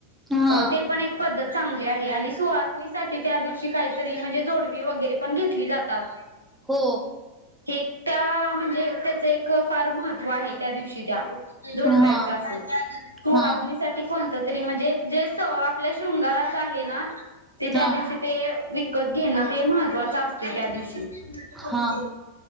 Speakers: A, in the centre; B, on the right (about 80°).
A: हा
B: ते <unintelligible> पण एक पद्धत चांगली आहे आणि सुहासणीसाठी त्या दिवशी काहीतरी म्हणजे जोडवी वगैरे पण घेतली जातात
A: हो
B: हे त्या म्हणजे त्याचं एक फार महत्व आहे त्या दिवशी त्या <unintelligible> जोडव्यांचा
A: हा
B: अस तुहास
A: हा
B: ण तरी म्हणजे जे आपल्या शंगारच आहे ना ते त्या
A: हा
B: दिवशी <unintelligible> ते विकत घेणं ते महत्वाचं असते त्या दिवशी <unintelligible>
A: हा